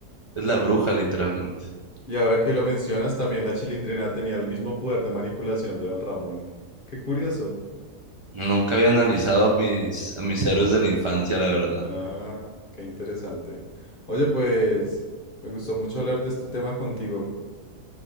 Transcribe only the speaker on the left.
Y ahora que lo mencionas, también la Chilindrina tenía el mismo poder de manipulación de Don Ramón. Qué curioso.
Ah, qué interesante. Oye, pues, me gustó mucho hablar de este tema contigo.